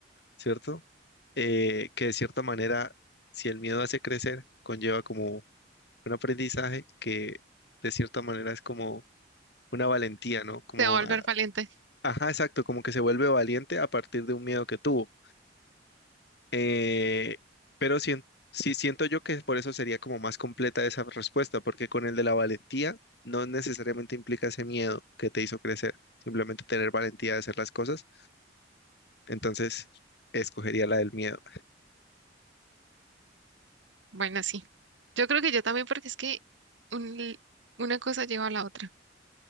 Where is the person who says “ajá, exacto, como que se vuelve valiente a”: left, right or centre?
Left